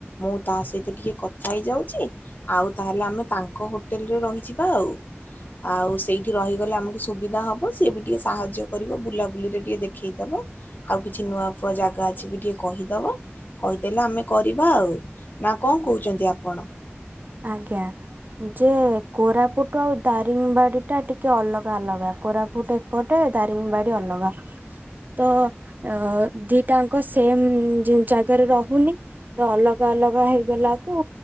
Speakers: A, on the left; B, on the right.
A: ମୁଁ ତା ସହିତ ଟିକେ କଥା ହେଇଯାଉଚି ଆଉ ତାହେଲେ ଆମେ ତା ଙ୍କ ହୋ ଟେଲରେ ରହିଯିବା ଆଉ। ଆଉ ସେଇଠି ରହିଗଲେ ଆମକୁ ସୁବିଧା ହ ବ ସିଏ ବି ଟିକେ ସାହାଯ୍ୟ କରିବ ବୁଲାବୁଲିରେ ଟିକେ ଦେଖେଇ ଦବ ଆଉ କିଛି ନୂଆ ଫୁଆ ଜାଗା ଅଛି ବି ଟିକେ କହିଦବ କହିଦେଲେ ଆମେ କରିବା ଆଉ ନା କଣ କହୁଛନ୍ତି ଆପଣ?
B: ଆଜ୍ଞା ଯେ କୋରାପୁଟ ଆଉ ଦାରିଙ୍ଗବାଡି ଟା ଟିକେ ଅଲଗା ଅଲଗା କୋରାପୁଟ ଏପଟେ ଦାରିଙ୍ଗବାଡି ଅଲଗା ତ ଅ ଦିଟାଙ୍କ ସେମ ଉଁ ଜେ ଜାଗାରେ ରହୁନି। ତ ଅଲଗା ଅଲଗା ହେଇଗଲାକୁ